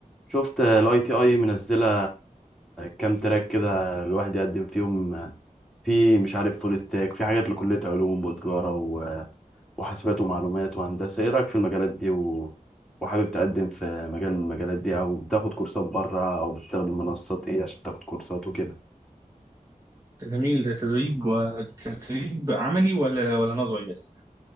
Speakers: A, in the centre; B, on the right.
A: شفت الاي تي اي منزله كام تراك كده الواحد يقدم فيهم في مش عارف فول ستاك في حاجات لكليه علوم وتجاره و- وحاسبات ومعلومات وهندسه ايه رايك في المجالات دي و... وحابب تقدم في مجال من المجالات دي او بتاخد كورسات بره او بتستخدم منصات ايه عشان تاخد كورسات وكده
B: جميل ده تدريب وتدريب عملي ولا ولا نظري بس